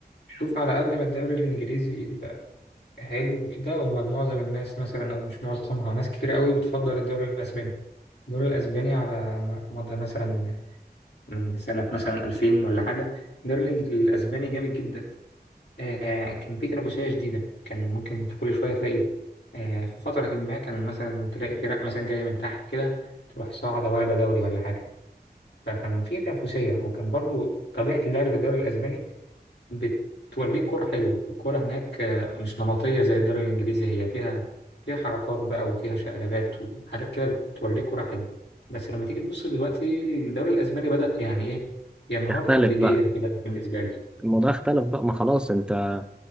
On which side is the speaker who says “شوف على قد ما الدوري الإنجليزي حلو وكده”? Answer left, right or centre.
Left